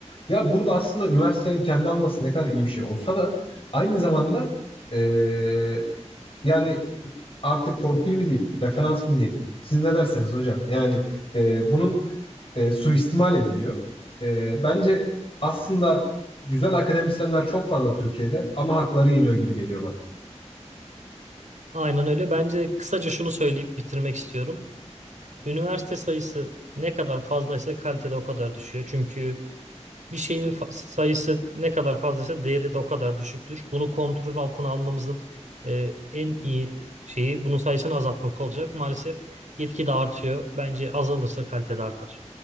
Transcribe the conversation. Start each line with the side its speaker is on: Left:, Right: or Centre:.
Left: Ya burada aslında üniversitenin kendi alması ne kadar iyi bir şey olsa da aynı zamanda eee, yani artık torpil mi diyeyim, referans mı diyeyim, siz ne derseniz hocam. Yani eee, bunun eee, suistimal ediliyor. Eee, bence aslında güzel akademisyenler çok fazla Türkiye'de ama hakları yeniyor gibi geliyor bana.
Right: Aynen öyle. Bence de kısaca şunu söyleyip bitirmek istiyorum. Üniversite sayısı ne kadar fazlaysa kalitede o kadar düşüyor. Çünkü bir şeyin fa- sayısı ne kadar fazlaysa değeri de o kadar düşüktür. Bunu kontrol altına almamızın e, en iyi şeyi bunun sayısını azaltmak olacak. Maalesef gitgide artıyor. Bence azalırsa kalitede artar.